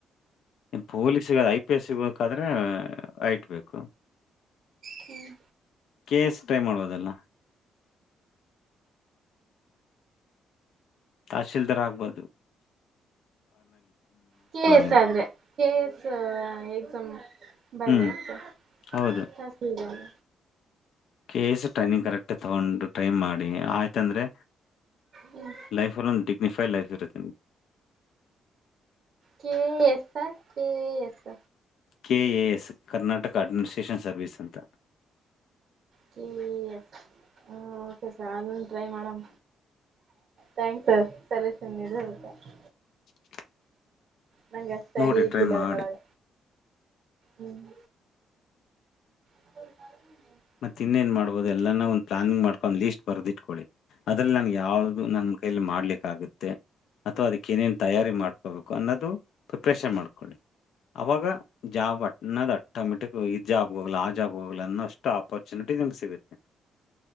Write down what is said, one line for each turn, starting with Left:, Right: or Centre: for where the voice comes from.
Left: ಪೊಲೀಸ್ಗ ಐ ಪಿ ಎಸ್. ಹಾದ್ರೆ ಐಟ್ ಬೇಕ್.
Right: ಹ್ಮ್.
Left: ಕೆ ಎ ಎಸ್ ಟ್ರೈ ಮಾಡುಬೋದಲ್ಲ. ತಹಶೀಲ್ದಾರ್ ಆಗ್ಬಹದು.
Right: ಕೆ ಎಸ್
Left: ನೀವು
Right: ಆದ್ರೆ ಕೆ ಎ ಎಸ್ ಎಕ್ಸಾಮ್. ಬರ್ದ
Left: ಹ್ಮ್
Right: <unintelligible>
Left: ಹೌದು
Right: tehsildar.
Left: K S training correct ತಗೊಂಡು ಟ್ರೈ ಮಾಡಿ ಆಯ್ತಂದ್ರೆ.
Right: ಹ್ಮ್.
Left: ಲೈಫಲ್ಲಿ ಒಂದು ಡಿಗ್ನಿಫೈ ಲೈಫ್ ಇರುತ್ತೆ ನಿಮಗೆ.
Right: K S, K A S.
Left: K A S Karnataka administration service ಅಂತ.
Right: ಕೆ ಎ ಎಸ್ ಹ ಓಕೆ ಸರ್ ಅದೊಂದ್ ಟ್ರೈ ಮಾಡವ. Thanks sir solution ಹೇಳಿರೋದಕ್ಕ್.
Left: <inaudible>
Right: ನಂಗೆ ಅಷ್ಟ
Left: ನೋಡಿ
Right: ಐಡಿಯಾ ಇದ್ದಿಲ್ಲ
Left: ಟ್ರೈ ಮಾಡಿ
Right: ಅದ್ರೊಳಗ ಹ್ಮ್. ಹ. <inaudible>
Left: ಮತ್ತ ಇನ್ನೇನ್ ಮಾಡ್ಬಹುದು ಎಲ್ಲಾನು ಒಂದು ಪ್ಲಾನಿಂಗ್ ಮಾಡ್ಕೊಂಡ್ ಲೀಸ್ಟ್ ಬರ್ದಿಟ್ಕೊಳಿ ಅದ್ರಲ್ಲಿ ನ. ಯಾವ್ದು ನನ್ ಕೈಲಿ ಮಾಡ್ಲಿಕ್ಕಾಗುತ್. ಅಥವಾ ಅದಕ್ಕ ಏನೇನ್ ತಯಾರಿ ಮಾಡ್ಕೋಬೇಕು ಅನ್ನೋದು ಪ್ರಿಪ್ರೇಷನ್ ಮಾಡ್ಕೊಳ್ಳಿ. ಅವಾಗ ಜಾಬ್ ಅನ್ನದ್ ಆಟೋಮೆಟಿಕ್ ಈ ಜಾಬ್ ಹೋಗ್ಲ್ಲ ಆ ಜಾಬ್ ಹೋಗಲ ಅನ್ನೋ ಅಷ್ಟು. ಆಪ್ಪಾರ್ಚೆನಿಟಿ ನಿಮ್ ಸಿಗುತ್ತೆ